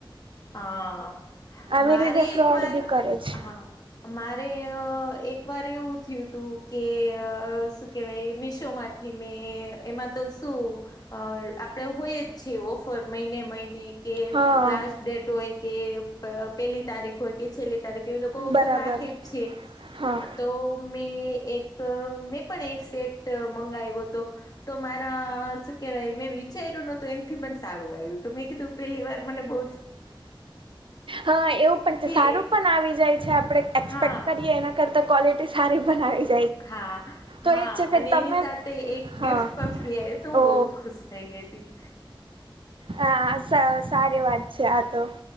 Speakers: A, on the left; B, on the right.
A: હા
B: આવી
A: મારે
B: રીતે
A: એક
B: ફ્રોડ
A: વાર
B: બી કરે છે
A: હા મારે એકવાર એવું થયું તું કે કે ભાઈ મીશોમાંથી મેં એમાં તો શું અ આપડે હોય જ છે ઓફર મહિને મહિને કે
B: હા
A: લાસ્ટ ડેટ હોય કે પેલી તારીખ હોય કે છેલ્લી ત્યારે કે એ લોકો ઓફર
B: બરાબર
A: રાખે જ છે
B: હા
A: તો મેં એક મેં પણ એક સેટ મંગાવ્યો હતો તો મારા શું કેવાય મેં વિચાર્યું નતું એમ સારું આવ્યું ત મેં કીધું પેલી વાર મને બ
B: હા એવું પણ
A: કે
B: સારું પણ આવી જાય છે આપણે એક્સપેક્ટ
A: હા
B: કરીએ એના કરતા ક્વલિટી સારી બનાવી છે
A: હા
B: તો
A: હા
B: એ જ છે કે
A: અને
B: તમે
A: એની સાથે એક
B: હા
A: ગિફ્ટ પણ ફ્રી આવે તો હું
B: ઓ
A: બહુ જ ખુશ થઈ ગઈ હતીી
B: હા સારી વાત છે આ તો